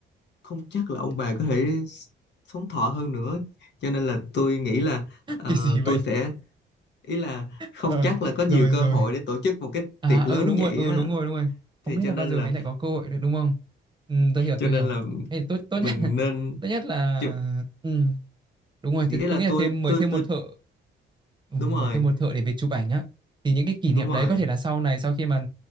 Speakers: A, on the left (about 60°); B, on the right (about 25°).
A: không chắc là ông bà có thể s- sống thọ hơn nữa cho nên là tôi nghĩ là
B: <laughs>
A: ờ,
B: Cái gì vậy?
A: tôi sẽ ý là không
B: Ờ,
A: chắc là có nhiều
B: rồi
A: cơ
B: rồi.
A: hội để tổ chức một cái
B: À
A: tiệc
B: ừ
A: lớn
B: đúng
A: vậy
B: rồi, ừ
A: á
B: đúng rồi, đúng rồi.
A: thì
B: Không biết
A: cho
B: là
A: nên
B: bao giờ
A: là
B: mới lại có cơ hội được đúng không? Ừ, tôi hiểu,
A: cho
B: tôi
A: nên
B: hiểu.
A: là
B: Thế thì tốt tốt
A: mình
B: nhất <laughs>
A: nên
B: tốt nhất là
A: chụp
B: ừ, đúng rồi,
A: nghĩa
B: tôi,
A: là
B: tôi nghĩ là
A: tôi
B: thêm mời
A: tôi
B: thêm một
A: tôi
B: thợ ừ,
A: đúng
B: mời
A: rồi
B: thêm một thợ để về chụp ảnh á thì những cái kỷ niệm
A: đúng rồi
B: đấy có thể là sau này sau khi mà